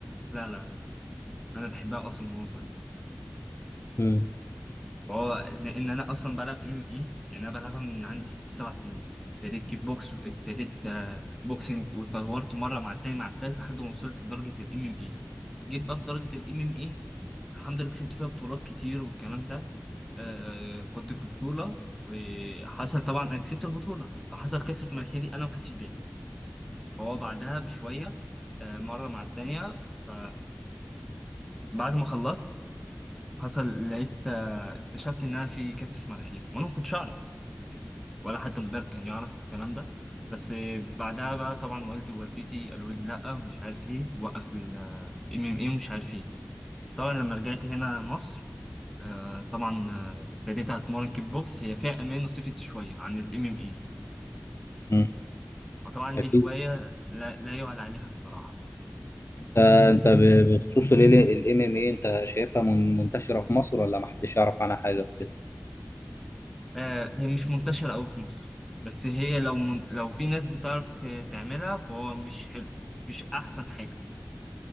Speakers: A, in the centre; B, on the left.
A: لا لا لا انا بحبها اصلا من وانا صغير
B: مم.
A: هو ان, إن انا اصلا بلعب ام اي يعني انا بلعبها من عندي ست سبع سنين ابتديت كيك بوكس وابتديت آه، بوكسنج واتطورت مره مع التاني مع التالت لحد ما وصلت لدرجه الام ام اي جيت بقى في درجه الام ام اي الحمد لله كسبت فيها بطولات كتير والكلام ده آه كنت في بطوله وحصل طبعا انا كسبت البطوله فحصل كسر في مناخيري انا ما خدتش بالي فهو بعدها بشويه آه مره مع التانيه ف بعد ما خلصت حصل لقيت آه، اكتشفت ان انا في كاسف مناخير وانا ما كنتش اعرف يعني ولا حتى المدرب كان يعرف الكلام ده بس آه، بعدها بقى طبعا والدي ووالدتي قالوا لي لا ومش عارف ايه وقف الام ام اي ومش عارف ايه طبعا لما رجعت هنا مصر آه، طبعا آه، ابتديت اتمرن كيك بوكس هي فيها امان وسيفتي شويه عن الام ام اي
B: مم.
A: وطبعا
B: اكيد
A: دي هوايه لا, لا يعلى عليها الصراحه
B: انت انت ب- بخصوص الام ام اي انت شايفها من- منتشره في مصر ولا ما حدش يعرف عنها حاجه وكده
A: آه، هي مش منتشره قوي في مصر بس هي لو من... لو في ناس بتعرف ت- تعملها فهو مش حلو مش احسن حاجه